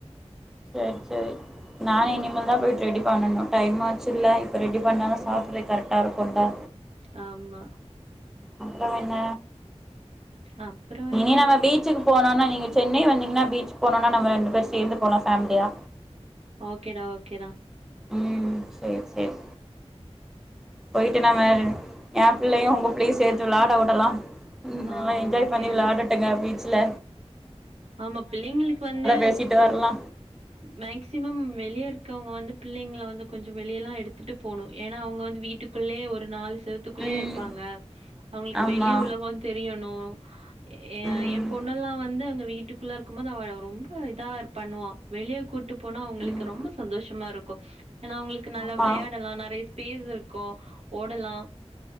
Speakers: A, in the centre; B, on the right.
A: சேரி சேரி நானு இனிமேல் தா போய்ட் ரெடி பண்ணனு டைம் ஆச்சுல்ல இப்ப ரெடி பண்ணாதா
B: ம்
A: சாப்புட்றக்கு கரெக்டா இருக் கொண்டா
B: ஆமா
A: அப்றோ என்ன?
B: அப்புறோ என்ன
A: இனி நம்ம பீச்சுக்கு போனோனா நீங் க சென்னை வந்தீங்கன்னா பீச்சுக் போனோனா நம்ம ரெண்டு பேர் சேந்து போலா ஃபேம்லியா
B: ஓகேடா ஓகேடா
A: ம் சேரி சேரி போய்ட்டு நம்ம ஏ பிள்ளையு உங்க பிள்ளயு சேத்து விளாட வுடலா ம்
B: ஆ
A: நல்லா என்ஜாய்
B: ஓகேடா
A: பண்ணி விளையாடட்டுங்க பீச் ல
B: ஆமா பிள்ளைங்களுக்கு வந்து
A: பேசிட்டு வரலா
B: மேக்சிமம் வெளியேருக்கவங்க வந்து பிள்ளைங்கள வந்து கொஞ்சோ வெளியல்லா எடுத்துட்டு போணு ஏனா அவங்க வந்து வீட்டுக்குள்ளே ஒரு நாள் செவத்துக்குள்ளேயே
A: ம்
B: இருப்பாங்க அவங்ளுக்கு
A: ஆமா
B: வெளி உலகோ தெரியணூ ஏ
A: ம்
B: ஏ பொண்ணல்லா வந்து அங்க வீட்டுக்குள்ளருக்கும்போது அவ ரொம்ப இதார் பண்ணுவா வெளிய கூட்டு போனா அவங்களுக்கு
A: ம்
B: ரொம்ப சந்தோஷமா இருக்கூ ஏனா அவுங்ளுக்கு நல்லா
A: ஆமா
B: வெளையாடலா நெறைய ஸ்பேஸ் இருக் கோ ஓடலா